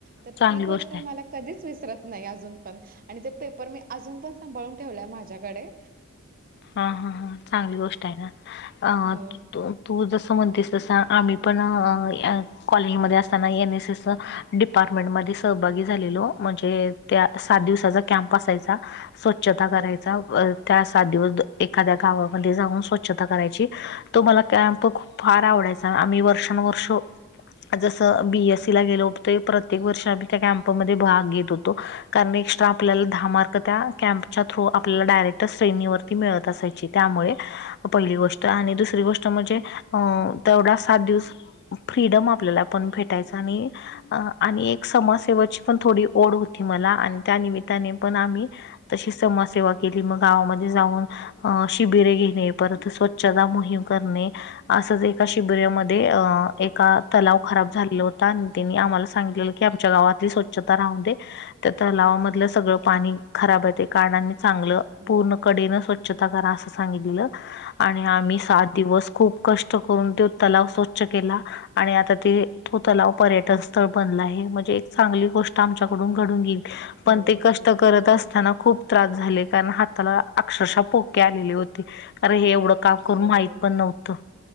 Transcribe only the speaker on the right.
तर
ती गोष्ट मला.
कधीच विसरत नाही अजून पण आणि ते पेपर मी अजून पण सांभाळून ठेवलेय माझ्याकडे.
हो,
हो.
बरोबर,
बरोबर.
हो,
हो.
घडून
गेली.
बरोबर,
बरोबर
आहे.